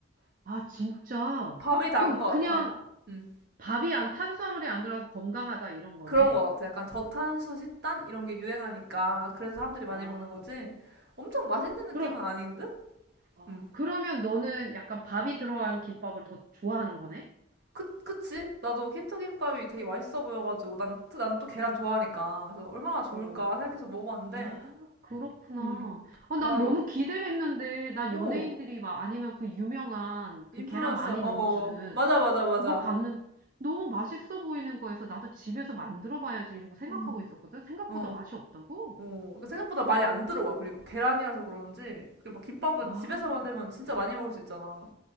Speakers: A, on the right (about 45°); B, on the right (about 60°).
A: 아, 진짜.
B: 밥이 단
A: 그럼
B: 것
A: 그냥
B: 같아. 음,
A: 밥이 안, 탄수화물이 안 들어가서 건강하다 이런 거네.
B: 그런 것 같아. 약간 저탄수 식단? 이런 게 유행하니까.
A: 아,
B: 그래서 사람들이 많이
A: 아.
B: 먹는 거지. 엄청 맛있는 느낌은
A: 그럼,
B: 아닌 듯?
A: 아,
B: 음.
A: 그러면 너는 약간 밥이 들어간 김밥을 더 좋아하는 거네?
B: 그, 그치? 나도 킨토김밥이 되게 맛있어 보여가지고. 난, 난 또 계란 좋아하니까. 그래서 얼마나 좋을까
A: 어,
B: 생각해서 먹어봤는데.
A: 아, 그렇구나.
B: 음,
A: 아,
B: 바로.
A: 난 너무 기대했는데, 난
B: 어,
A: 연예인들이 막 아니면 그 유명한 그
B: 인플루언서.
A: 계란 많이
B: 어,
A: 넣어주는
B: 맞아, 맞아, 맞아.
A: 그거 봤는데 너무 맛있어 보이는 거에서 나도 집에서 만들어 봐야지 이러고 생각하고
B: 음.
A: 있었거든? 생각보다
B: 어,
A: 맛이 없다고?
B: 어. 그러니까 생각보다 많이 안 들어와. 그리고 계란이라서 그런지. 그리고 막 김밥은
A: 아,
B: 집에서 만들면 진짜 많이 먹을 수 있잖아.